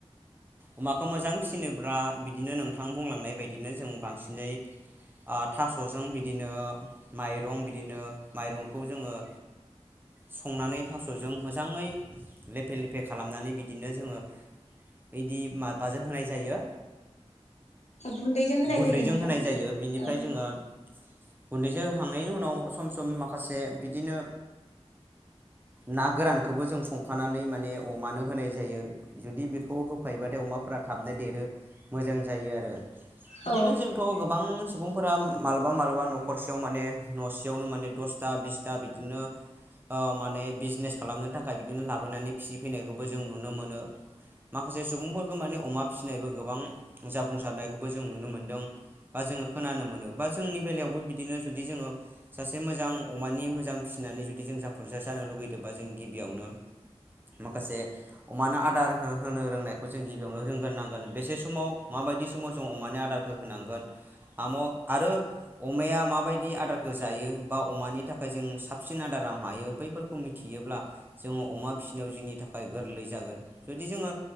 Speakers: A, on the right (about 20°); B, on the left (about 80°).
A: अमाखौ मोजां फिसिनोब्ला बिदिनो नोंथां बुंलांनाय बायदिनो जों बांसिनै ओ थास'जों बिदिनो माइरं बिदिनो माइरंखौ जोङो संनानै थास'जों मोजाङै लेफे लेफे खालामनानै बिदिनो जोङो बिदि माबाजों होनाय जायो।
B: गुन्दैजों होनाय
A: गुन्दैजों
B: जायो नोंथां
A: होनाय जायो बिनिफ्राय
B: औ
A: जोङो गुन्दैजों होखांनायनि उनाव सम सम माखासे बिदिनो ना गोरानखौबो जों संफानानै माने अमानो होनाय जायो जुदि बेखौ हो फायोबाथाय अमाफोरा थाबनो देरो मोजां जायो आरो बिदिनो
B: औ
A: जों थ' गोबां सुबुंफोरा मालाबा मालाबा न'खरसेयाव माने न'सेयावनो माने दसथा बिस ता बिदिनो ओ माने बिजनेस खालामनो थाखाय बिदिनो लाबोनानै फिसिफैनायखौबो जों नुनो मोनो। माखासे सुबुंफोरखौ माने अमा फिसिनायबो गोबां जाफुंसारनायखौ बो जों नुनो मोनदों। बा जोङो खोनानो मोनो बा जोंनि बेलायावबो बिदिनो जुदि जोङो सासे मोजां अमानि मोजां फिसिनानै जुदि जों जाफुंसार जानो लुगैदोंबा जों गिबियावनो माखासे अमानो आदार हो होनो रोंनायखौ जों गिबियावनो रोंग्रोनांगोन बेसे समाव माबायदि समाव जों अमानि आदारखौ होनांगोन हाम' आरो अमाया माबायदि आदारखो जायो बा अमानि थाखाय जों साबसिन आदारा मायो बैफोरखौ मि थियोब्ला जोंङो अमा फिसिनायाव जोंनि थाखाय गोरलै जागोन जुदि जोंङो